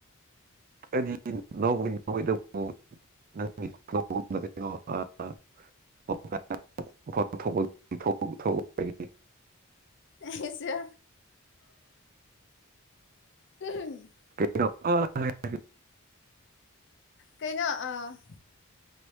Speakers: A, on the right (about 40°); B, on the left (about 55°).
A: ꯀꯗꯤꯗꯕ ꯅꯪ ꯣ ꯑ <unintelligible>
B: ꯑꯁ ꯎ
A: ꯍꯣ
B: ꯀꯩꯅꯩꯅꯣ